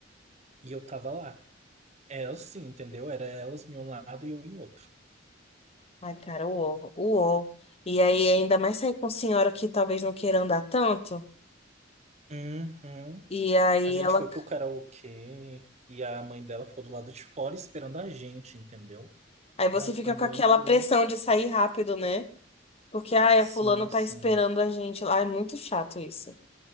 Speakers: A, on the right; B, on the left.
A: E eu tava lá. Elas sim, entendeu? Era elas em um lado e eu em outro.
B: Ai, cara, o ó, o uó. E aí ainda mais sair com senhora que talvez não queira andar tanto.
A: Uhum.
B: E aí
A: A gente
B: ela.
A: foi pro karaokê e a mãe dela ficou do lado de fora esperando a gente, entendeu?
B: Aí você
A: Ai,
B: fica
A: foi muito.
B: com aquela pressão de sair rápido, né? Porque, ai,
A: Sim,
B: a fulana tá
A: sim.
B: esperando a gente lá. É muito chato isso.